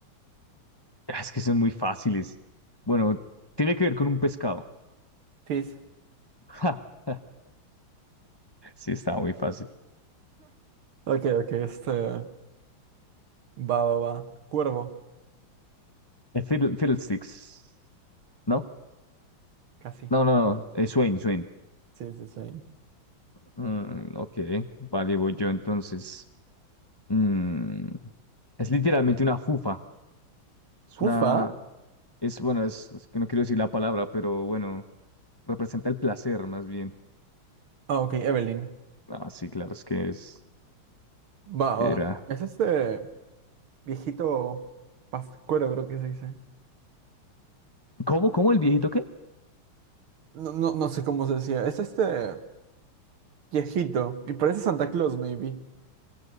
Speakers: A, on the left; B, on the right.
A: ah, es que son muy fáciles. Bueno, tiene que ver con un pescado.
B: Fizz.
A: <laughs> Ja, sí, estaba muy fácil.
B: Ok, ok, este. Va, va, va. Cuervo.
A: Eh, Fiddle- Fiddlesticks, ¿no?
B: Casi.
A: No, no, no, eh, Swain, Swain.
B: Sí, sí, sí.
A: Mm, ok, vale, voy yo entonces. Mm, es literalmente una fufa, es
B: Jufa.
A: una, Es, bueno, es, es que no quiero decir la palabra, pero bueno, representa el placer más bien.
B: Ah, ok, Evelyn.
A: Ah, sí, claro, es que es,
B: Va,
A: era.
B: va. Es este viejito pascuero, creo que se dice.
A: ¿Cómo, cómo el viejito qué?
B: No, no, no sé cómo se decía. Es este viejito. Y parece Santa Claus, maybe.